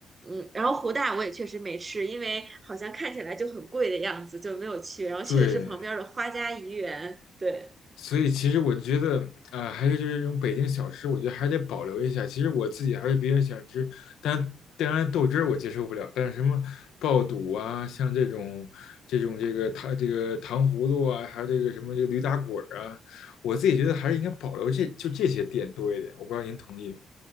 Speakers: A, on the right; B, on the left.
A: 嗯，然后湖大我也确实没吃，因为好像看起来就很贵的样子，就没有去。然后去的是旁边儿的花家怡园，
B: 对，
A: 对。
B: 所以其实我觉得，啊，还是就是这种北京小吃，我觉得还是得保留一下。其实我自己还是比较喜欢吃，但当然豆汁儿我接受不了，但是什么爆肚啊，像这种这种这个糖这个糖葫芦啊，还有这个什么这个驴打滚儿啊，我自己觉得还是应该保留这就这些店多一点。我不知道您同意吗？